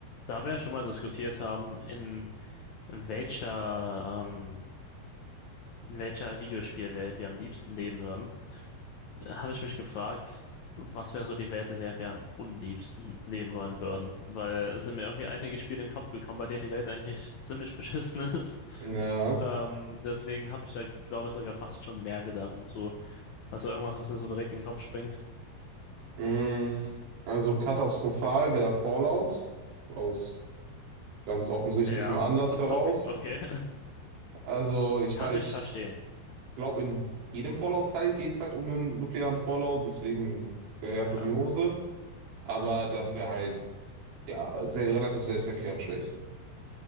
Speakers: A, on the left; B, on the right.
A: Da wir ja schon mal diskutiert haben, in welcher, ähm, in welcher Videospielwelt wir am liebsten leben würden, habe ich mich gefragt, was wäre so die Welt, in der wir am unliebsten leben wollen würden? Weil es sind mir irgendwie einige Spiele in den Kopf gekommen, bei denen die Welt eigentlich ziemlich <laughs> beschissen ist.
B: Ja,
A: Ähm, deswegen habe ich da, glaube ich, sogar fast schon mehr Gedanken zu. Also irgendwas, was dir so direkt in den Kopf springt.
B: mm, also katastrophal wäre Fallout aus ganz offensichtlichem
A: Ja,
B: Anlass
A: <laughs>
B: heraus.
A: okay.
B: Also
A: <laughs>
B: ich
A: Kann
B: war, ich
A: ich verstehen.
B: glaube, in jedem Fallout-Teil geht es halt um einen nuklearen Fallout, deswegen der Jacke
A: Ja.
B: wie Hose. Aber das wäre halt ja sehr, relativ selbsterklärend schlecht.